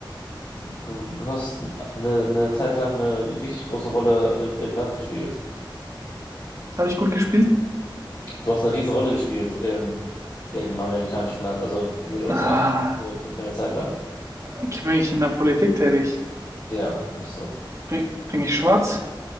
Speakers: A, on the left; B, on the right.
A: du, du hast eine, eine Zeit lang eine richtig große Rolle im, im Land gespielt.
B: Das habe ich gut gespielt.
A: Du hast eine riesen Rolle gespielt im Im amerikanischen Land, also in den USA,
B: Ah,
A: für, für, für eine Zeit lang.
B: okay, bin ich in der Politik tätig?
A: Ja, bist du. <laughs>
B: Bin, bin ich schwarz?